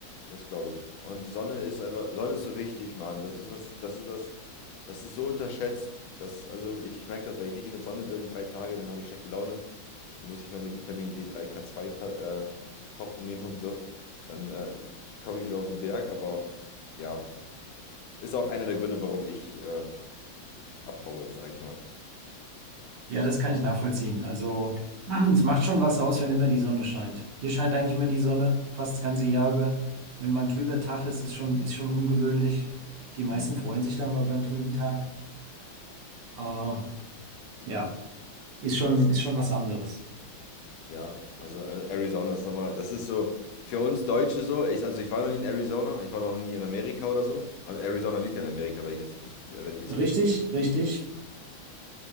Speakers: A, on the left (about 85°); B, on the right (about 70°).
A: Das glaube ich. Und Sonne ist einfach, Sonne ist so wichtig, Mann. Das ist das, das ist das, das ist so unterschätzt. Das, also ich merke das, wenn ich nicht in der Sonne bin, drei Tage, dann habe ich schlechte Laune. Dann muss ich meine Vitamin D3, K2 Ta- äh, Tropfen nehmen und so. Dann äh, komme ich wieder auf den Berg. Aber ja, ist auch einer der Gründe, warum ich äh, abhaue, sage ich mal.
B: Ja, das kann ich nachvollziehen. Also, <clears throat> es macht schon was aus, wenn immer die Sonne scheint. Hier scheint eigentlich immer die Sonne, fast das ganze Jahr über. Wenn man trüber Tag ist, ist schon, ist schon ungewöhnlich. Die meisten
A: Mhm.
B: freuen sich dann mal über einen trüben Tag. Aber
A: Nee,
B: ja, ist
A: krass.
B: schon, ist schon was anderes.
A: Ja, also äh, Arizona ist nochmal, das ist so für uns Deutsche so. Ich, also ich war noch nie in Arizona, ich war noch nie in Amerika oder so. Aber Arizona liegt ja in Amerika, wenn ich es nicht richtig, äh, wenn ich es
B: Richtig,
A: falsch.
B: richtig.